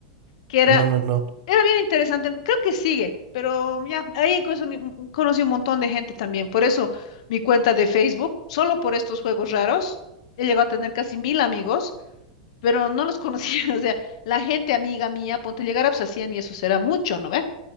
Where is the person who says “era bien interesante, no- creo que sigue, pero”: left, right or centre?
Left